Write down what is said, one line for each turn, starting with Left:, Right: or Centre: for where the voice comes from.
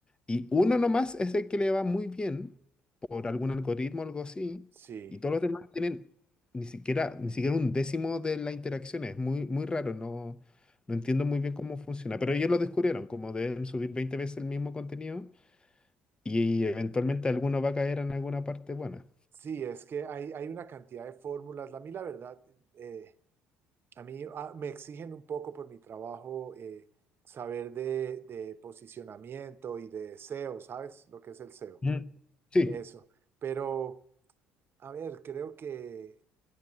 Left: Y uno nomás es el que le va muy bien por algún algoritmo o algo así.
Right: Sí,
Left: Y todos los demás tienen ni siquiera, ni siquiera un décimo de la interacción. Es muy, muy raro. No, no entiendo muy bien cómo funciona. Pero ellos lo descubrieron, como deben subir 20 veces el mismo contenido y eventualmente alguno va a caer en alguna parte buena.
Right: sí, es que hay, hay una cantidad de fórmulas. A mí, la verdad, eh, a mí ah, me exigen un poco por mi trabajo eh, saber de, de posicionamiento y de SEO, ¿sabes lo que es el SEO?
Left: Mm, Sí,
Right: Eso. Pero, a ver, creo que